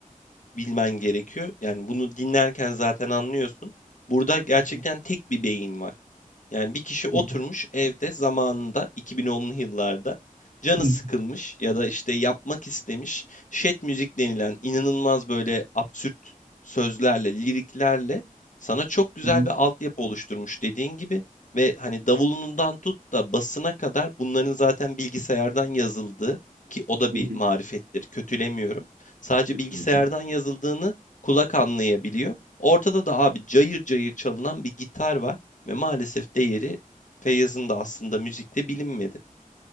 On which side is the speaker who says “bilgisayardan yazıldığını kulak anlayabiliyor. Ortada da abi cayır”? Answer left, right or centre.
Left